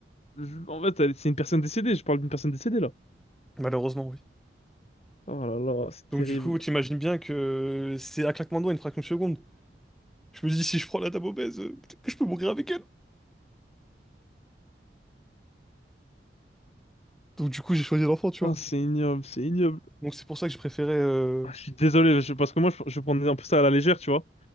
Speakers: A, on the left; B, in the centre.
A: Je- En fait, elle- c'est une personne décédée, je parle d'une personne décédée là.
B: Malheureusement, oui.
A: Oh là là, c'est
B: Donc
A: terrible.
B: du coup, t'imagines bien que c'est un claquement de doigts, une fraction de seconde. Je me dis, si je prends la dame obèse, euh, peut-être que je peux mourir avec elle. Donc du coup, j'ai choisi l'enfant, tu
A: Ah,
B: vois.
A: c'est ignoble, c'est ignoble.
B: Donc c'est pour ça que je préférais. euh,
A: Ah, je suis désolé, je- parce que moi, je, je prenais un peu ça à la légère, tu vois,